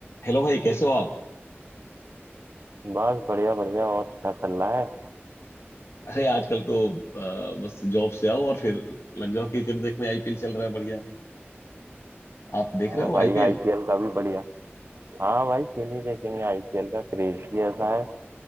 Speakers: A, on the left; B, on the right.
A: Hello भाई कैसे हो आप
B: बस बढ़िया बढ़िया और क्या चल रहा है
A: अरे आजकल तो अ, बस जॉब से आओ और फिर लग जाओ क्रिकेट देखने आईपीएल चल रहा है बढ़िया आप देख
B: हाँ
A: रहे हो
B: भाई
A: आईपीएल
B: आईपीएल का भी बढ़िया हाँ भाई क्यों नहीं देखेंगे आईपीएल का क्रेज ही ऐसा है